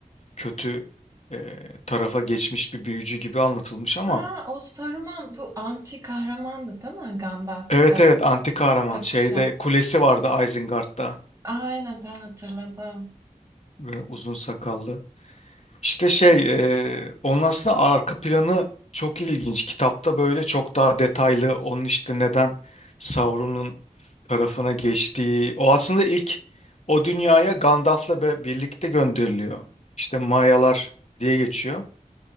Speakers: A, on the left; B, on the right.
A: kötü e, tarafa geçmiş bir büyücü gibi anlatılmış ama
B: Aa, o Saruman bu anti kahramandı değil mi? Gandalf'la
A: evet evet anti kahraman
B: çatışan.
A: şeyde kulesi vardı Isengard'da
B: Aynen daha hatırladım.
A: ve uzun sakallı. İşte şey, e, onun aslında arka planı çok ilginç. Kitapta böyle çok daha detaylı onun işte neden Sauron'un tarafına geçtiği. O aslında ilk o dünyaya Gandalf'la be- birlikte gönderiliyor. İşte Mayalar diye geçiyor.